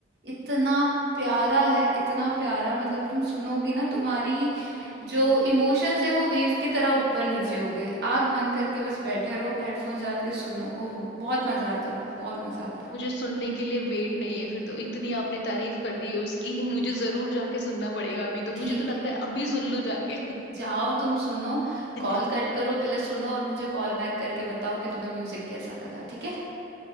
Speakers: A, on the right; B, on the left.
A: इतना प्यारा है इतना प्यारा मतलब तुम सुनोगी ना तुम्हारी
B: हम्म
A: जो इमोशंस है वो वेव की तरह ऊपर नीचे हो गए आग बंद करके बस बैठे रहो हेडफोन्स डाल के सुनो ओहो बहुत मजा आता है बहुत मजा आता है
B: मुझे सुनने के लिए वेट नहीं है फिर तो इतनी आपने तारीफ कर दी है उसकी <laughs> मुझे जरूर जाके सुनना पड़ेगा अभी तो मुझे
A: ठीक
B: तो लग रहा है अभी सुन लूं जाके
A: जाओ तुम सुनो
B: <laughs>
A: कॉल कट करो पहले सुनो और मुझे कॉल बैक करके बताओ कि तुम्हें म्यूजिक कैसा लगा ठीक है